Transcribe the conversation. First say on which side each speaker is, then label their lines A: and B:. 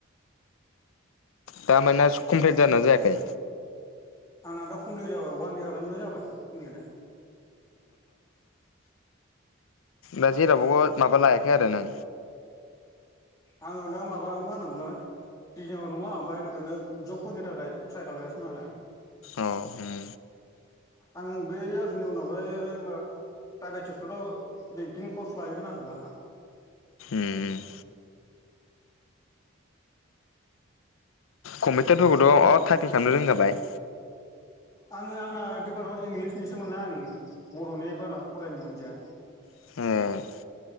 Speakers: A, on the left; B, on the left.
A: दामाने कमप्लिट जादोना जायाखै
B: आंना दा कमप्लिट जाबाय वान इयारानो जाबाय कमप्लिटआ
A: दा जेरावबो माबा लायाखै आरो नों
B: आङो दा माबा मा होनोमोनलाय जिंङाव दङ ओमफ्राय ओरैनो जबफोरनि थाखाय ट्राय खालायगासिनो दं आरो
A: अ उम
B: आं बे इयारनि उनावहाय प्राइभेट सेक्टराव बेंकिं कर्स लाहैगोन आरो लाबा
A: उम कम्पिउटारफोरखौथ' अ थाइपिं खालामनो रोंखाबाय
B: आङो आंना डिपार्टमेन्ट इंलिसनि सोमोन ना आं बर'नि बारा फरायनो मोनदाया
A: ए